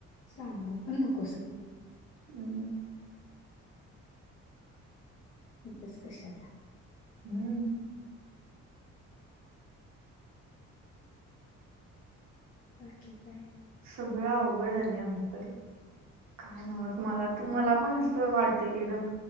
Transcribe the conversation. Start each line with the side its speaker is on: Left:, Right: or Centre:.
Left: सांगू पण नकोस घे.
Right: हम्म.
Left: खपच कशा आला
Right: हम्म.
Left: बाकी काय,
Right: सगळं अवघड झालंय आमच तरी काय नवत मला तर मला पण असं वाटते की एकदम